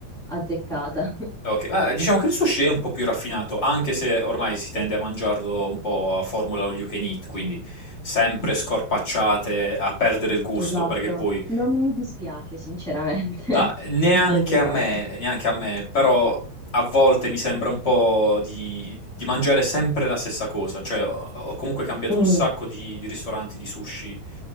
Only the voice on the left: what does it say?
Ok, ah, diciamo che il sushi è un po' più raffinato, anche se ormai si tende a mangiarlo un po' a formula all you can eat, quindi sempre scorpacciate, a perdere il gusto,
perché poi
Ah, neanche
a me, neanche a me, però a volte mi sembra un po' di, di mangiare sempre la stessa cosa, cioè ho, ho comunque cambiato
un sacco di, di ristoranti di sushi